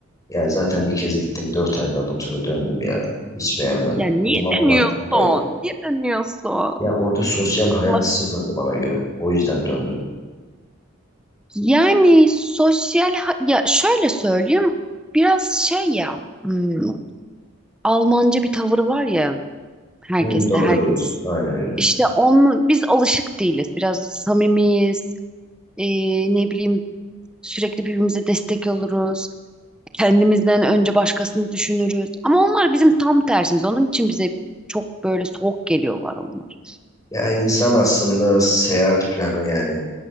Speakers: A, on the left; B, in the centre.
A: Ya zaten bir kez gittim. dört ay kaldım sonra döndüm ya. Hiç beğenmedim.
B: Ya niye
A: O zaman
B: dönüyorsun?
A: Frankfurt'taydım.
B: Niye dönüyorsun?
A: Ya orada sosyal hayat
B: Allah'ım.
A: sıfırdı bana göre. O yüzden döndüm.
B: Yani sosyal ha- ya şöyle söyleyeyim biraz şey ya hmm, Almanca bir tavır var ya herkeste
A: Hı, doğru
B: herkes
A: diyorsun. Aynen öyle.
B: İşte onun, biz alışık değiliz. Biraz samimiyiz. Ee, ne bileyim sürekli birbirimize destek oluruz. Kendimizden önce başkasını düşünürüz. Ama onlar bizim tam tersimiz. Onun için bize çok böyle soğuk geliyorlar onlar.
A: Yani insan aslında seyahat planı yani